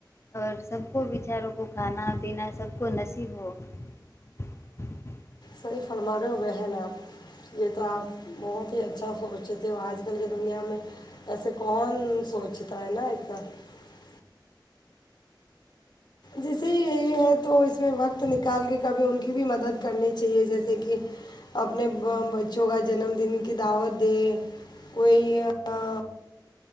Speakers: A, on the left; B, on the left.
A: اور سب کو بچاروں کو کھانا پینا سب کو نصیب ہو <unintelligible>
B: صحیح فرما رہے ہو بہن آپ یہ تو آپ بہت ہی اچھا سوچتے ہو ہو آج کل کے دنیا میں ایسے کون سوچتا ہے نا اتنا <unintelligible> جیسے ہی یہی ہے تو اس میں وقت نکال کے کبھی ان کی بھی مدد کرنی چاہیے جیسے کہ اپنے بچوں کا جنم دن کی دعوت دے کوئی <unintelligible>